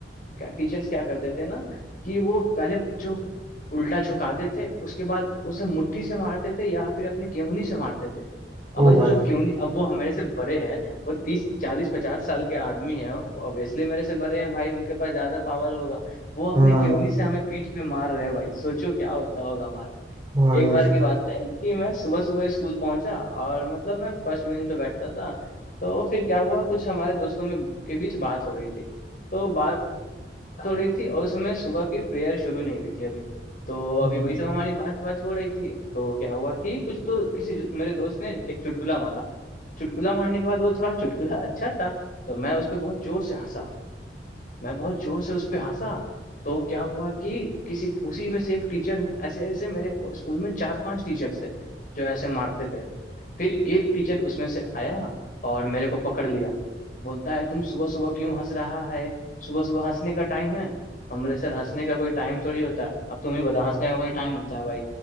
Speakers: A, on the left; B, on the right.
A: क्या टीचर्स क्या करते थे ना कि वो पहले बच्चों को उल्टा झुकाते थे उसके बाद उसे मुट्ठी से मारते थे या फिर अपने केहूनी से मारते थे अब
B: ओ
A: भाई सोचो
B: भाई
A: केहूनी अब वो हमारे से बड़े हैं वो तीस चालीस पचास साल के आदमी हैं ऑब्वियसली मेरे से बड़े हैं भाई उनके पास ज्यादा पावर होगा वो अपने
B: हाँ
A: केहूनी से हमें पीठ पे मार रहे हैं भाई सोचो क्या होता होगा हमारा
B: भाई
A: एक बार की बात है कि मैं सुबह सुबह स्कूल पहुंचा और मतलब मैं फर्स्ट बेंच पे बैठता था तो फिर क्या हुआ कुछ हमारे दोस्तों में के बीच बात हो रही थी तो बात थोड़ी थी और उस समय सुबह की प्रेयर शुरू नहीं हुई थी अभी तो अभी
B: हम्म,
A: वही सब हमारी बात बात हो रही थी तो क्या हुआ कि कुछ तो किसी जु- मेरे दोस्त ने एक चुटकुला मारा चुटकुला मारने के बाद वो थोड़ा चुटकुला अच्छा था तो मैं उस पर बहुत जोर से हंसा मैं बहुत जोर से उस पे हंसा तो क्या हुआ कि किसी उसी में से एक टीचर ने ऐसे ऐसे मेरे को- स्कूल में चार पांच टीचर्स थे जो ऐसे मारते थे फिर एक टीचर उसमें से आया और मेरे को पकड़ लिया बोलता है तुम सुबह सुबह क्यों हंस रहा है सुबह सुबह हंसने का टाइम है हम बोले सर हंसने का कोई टाइम थोड़ी होता है अब तुम ही बताओ हंसने का कोई टाइम होता है भाई